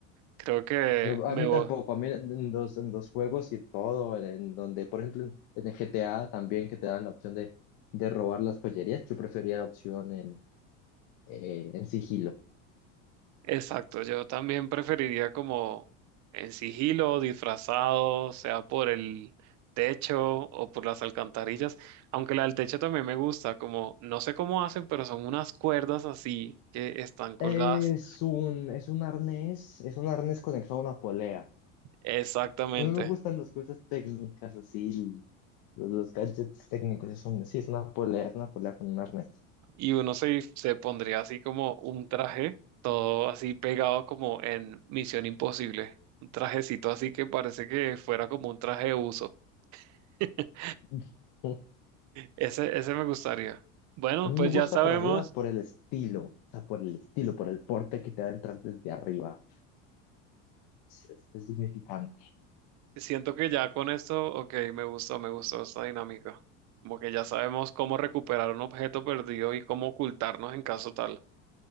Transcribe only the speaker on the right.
Creo que
me
voy.
Exacto, yo también preferiría como en sigilo, disfrazado, sea por el techo o por las alcantarillas, aunque la del techo también me gusta, como no sé cómo hacen, pero son unas cuerdas así que están colgadas.
Exactamente.
y uno se, se pondría así como un traje, todo así pegado como en Misión Imposible, un trajecito así que parece que fuera como un traje de uso. <laughs>
Ese, ese me gustaría. Bueno,
pues
ya sabemos,
siento que ya con esto, ok, me gustó, me gustó esta dinámica. Como que ya sabemos cómo recuperar un objeto perdido y cómo ocultarnos en caso tal.